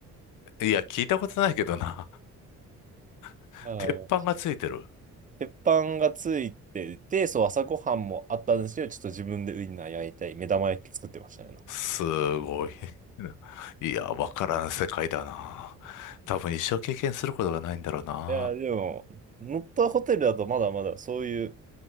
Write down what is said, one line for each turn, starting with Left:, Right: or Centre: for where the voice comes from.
Left: いや、聞いたことないけどな。<laughs>
Right: あの、
Left: 鉄板がついてる。
Right: 鉄板がついてて、そう、朝ごはんもあったんですけど、ちょっと自分でウインナー焼いたり、目玉焼き作ってましたね、なんか。
Left: すごいな。いや、わからん世界だな。多分一生経験することがないんだろうな。
Right: いや、でも、ノットホテルだとまだまだそういう